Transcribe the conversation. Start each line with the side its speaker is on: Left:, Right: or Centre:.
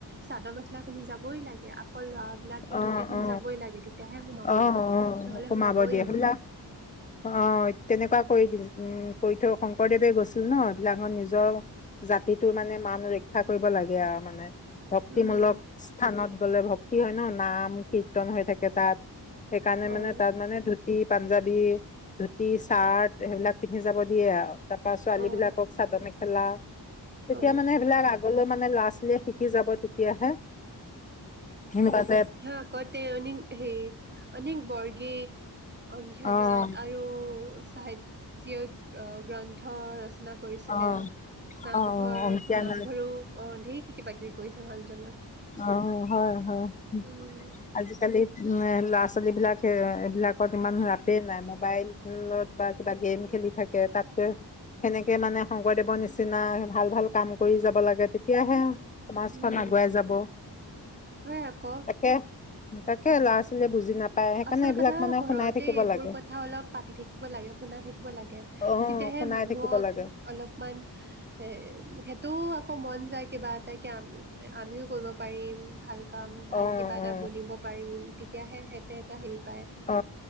Right: চাদৰ মেখেলা পিন্ধি যাবই লাগে- অকল ল'ৰাবিলাকে
Left: অ
Right: ধূতি পিন্ধি
Left: অ
Right: জাবই লাগে তেতিয়াহে সোমাব
Left: অ অ
Right: দিয়ে নহ'লে
Left: সোমাব
Right: সোমাবই
Left: দিয়ে
Right: নিদিয়ে।
Left: সেইবিলাক অ তেনেকুৱা কৰি দিল উম কৰি থৈ শংকৰদেৱে গৈছিল ন এইবিলাক নিজৰ জাতিটোৰ মানে মান ৰক্ষা কৰিব লাগে আৰু মানে ভক্তিমূলক
Right: উম
Left: স্থানত গ'লে ভক্তি হয় ন নাম কীৰ্তন হৈ থাকে তাত সেইকাৰণে
Right: অ',
Left: মানে তাত মানে ধুতি পাঞ্জাবী ধুতি চাৰ্ট সেইবিলাক পিন্ধি যাব দিয়ে আৰু তাত ছোৱালী
Right: অ',
Left: বিলাকক চাদৰ মেখেলা তেতিয়া
Right: অ',
Left: মানে সেইবিলাক আগলৈ মানে লৰা ছোৱালীয়ে শিকি যাব তেতিয়াহে সেনকা
Right: হ আগতে অনেক হেৰি অনেক বৰগীত অংকীয়া
Left: অ',
Right: নাট আৰু চাহিত গ্ৰান্ পথ ৰচনা কৰিছিলে
Left: অ',
Right: নামঘৰত
Left: অ', অংকীয়া
Right: নামঘৰো
Left: নাট
Right: অ ধেৰ কি কিবা কিবি কৰিছে মানুহজনে
Left: অ হয় হয়
Right: উম,
Left: আজি কালি উ ল'ৰা ছোৱালী বিলাক এইবিলাকত ইমান ৰাপেই নাই মোবাইলত বা কিবা গেম খেলি থাকে তাতকৈ সেনেকে মানে শংকৰদেৱৰ নিচিনা ভাল ভাল কাম কৰি যাব লাগে তেতিয়াহে সমাজখন
Right: উম,
Left: আগুৱাই যাব
Right: হয় আকৌ
Left: তাকে তাকে ল'ৰা ছোৱালীয়ে বুজি নাপায়। সেইকাৰণে
Right: আচল
Left: এইবিলাক
Right: কথা
Left: মানে
Right: ঘৰতে
Left: শুনাই থাকিব
Right: এইবোৰ
Left: লাগে
Right: কথা অলপ পাতি থাকিব লাগে শুনা থাকিব লাগে
Left: অ
Right: তেতিয়াহে
Left: শুনাই
Right: মানুহক
Left: থাকিব লাগে
Right: অলপমান এ সেইটো মন যায় কিবা এটা আমিও কৰিব পাৰিম ভাল কাম ভাল
Left: অ অ
Right: কিবা এটা বনিব পাৰিম। তেতিয়াহে সেই তোত আহ
Left: অ